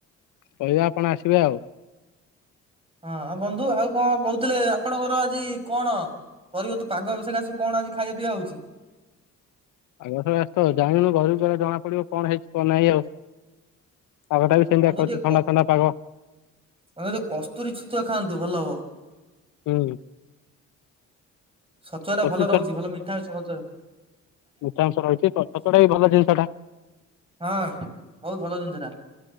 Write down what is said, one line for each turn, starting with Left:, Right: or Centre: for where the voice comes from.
Left: କହିବା ଆପଣ ଆସିବେ ଆଉ
Right: ହଁ ବନ୍ଧୁ ଆଉ କଣ କହୁଥିଲେ ଆପଣଙ୍କର ଆଜି କଣ କରିବ ତୁ ପାଗ ବିଷୟରେ ଆସି କଣ ଆଜି ଖାଇବା ପିଇବା ହଉଛି?
Left: ଆଗସ ତ ଜାଣୁ ଘରକୁ ଘ ଜଣା ପଡିବ କଣ ହେଇଛି କଣ ନାାଇଁ ଆଉ ପାଗଟା
Right: ଆ୍
Left: ବି ସେମିତିଆ
Right: ବନ୍ଧୁ
Left: କରିଛି
Right: ଟିକେ
Left: ଥଣ୍ଡା
Right: କ
Left: ଥଣ୍ଡା ପାଗ
Right: ବନ୍ଧୁ ଟିକେ କସ୍ତୁରୀ ଛୁତୁଆ ଖାଆନ୍ତୁ ଭଲ ହବ।
Left: ହୁଁ
Right: ଛତୁଆଟା
Left: କଚି
Right: ଭଲ ରହୁଛି ଭଲ ମିଠା ଅଛି ସତ
Left: ମୋଟା ଅଂଶ ରହିଛି ତ ଛତୁଟା ବି ଭଲ ଜିନିଷଟା
Right: ହଁ ବହୁତ ଭଲ ଜିନିଷ ଟା।